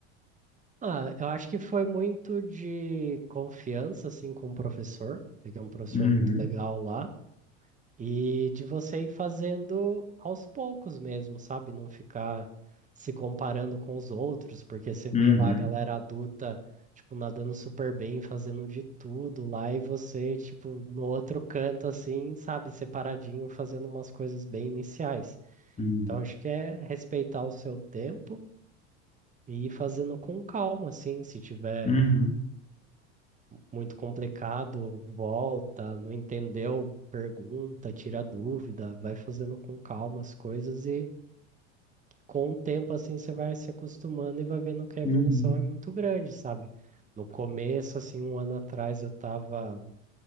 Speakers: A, on the right; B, on the left.
A: Ah, eu acho que foi muito de confiança assim com o professor. Peguei um professor
B: Uhum,
A: muito legal lá. E de você ir fazendo aos poucos mesmo, sabe? Não ficar se comparando com os outros, porque você vê
B: uhum,
A: lá a galera adulta, tipo, nadando super bem, fazendo de tudo lá, e você, tipo, no outro canto, assim, sabe, separadinho, fazendo umas coisas bem iniciais.
B: uhum,
A: Então, acho que é respeitar o seu tempo e ir fazendo com calma, assim, se tiver
B: uhum,
A: muito complicado, volta, não entendeu, pergunta, tira dúvida, vai fazendo com calma as coisas e com o tempo assim você vai se acostumando e vai vendo que a evolução
B: uhum.
A: é muito grande, sabe? No começo, assim, um ano atrás eu tava